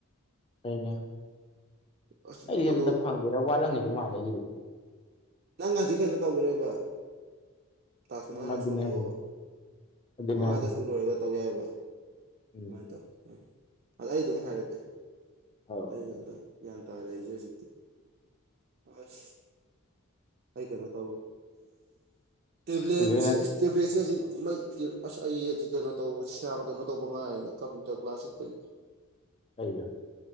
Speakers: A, on the left; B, on the right.
A: ꯀꯩꯅꯣ
B: ꯑꯁ
A: ꯑꯩꯗꯤ ꯑꯝꯇ
B: ꯑꯗꯨ
A: ꯐꯪꯒꯦꯔ ꯋꯥꯠꯂꯝꯅꯤꯗ ꯃꯥꯜꯩꯒꯤꯗꯤ
B: ꯅꯪ ꯉꯁꯤ ꯀꯩꯅꯣ ꯇꯧꯗꯔꯦꯕ ꯇꯥꯁ
A: ꯎꯝ
B: ꯃꯥꯉ
A: ꯑꯗꯨꯅꯦ
B: ꯁꯒꯣꯕ
A: ꯍꯥꯏꯁꯦ ꯑꯗꯨꯅꯦ
B: ꯃꯪ
A: ꯍꯥꯏꯁꯦ
B: ꯑ ꯁꯨꯔꯨ ꯑꯣꯏꯒ ꯇꯧ ꯌꯥꯦꯏꯕ ꯑꯗꯨꯃꯥꯏꯅ
A: ꯎꯝ
B: ꯇꯧ ꯎ ꯑꯗ ꯑꯩ ꯑꯗꯨꯝ ꯍꯥꯏꯔꯛꯀꯦ
A: ꯑꯧ
B: ꯍꯥꯏꯗ ꯌꯥꯝ ꯇꯥꯔꯦ ꯑꯩꯖꯦꯁꯤ ꯑꯁ ꯑꯩ ꯀꯩꯅꯣ ꯇꯕꯨ ꯇꯦꯕ꯭ꯂꯠꯁ
A: ꯁꯤꯗꯩꯅ
B: ꯇꯦꯕ꯭ꯂꯦꯠꯁꯦ ꯍꯧꯖꯤꯛ ꯑꯁ ꯑꯩ ꯍꯧꯖꯤꯛ ꯀꯩꯅꯣ ꯇꯧ ꯁꯌꯥꯝ ꯀꯩꯅꯣ ꯇꯧꯕ ꯉꯥꯏꯅꯦ ꯀꯝꯄ꯭ꯌꯨꯇꯔ ꯀ꯭ꯂꯥꯁ ꯆꯠꯄꯗꯤ <inaudible>
A: ꯑꯩ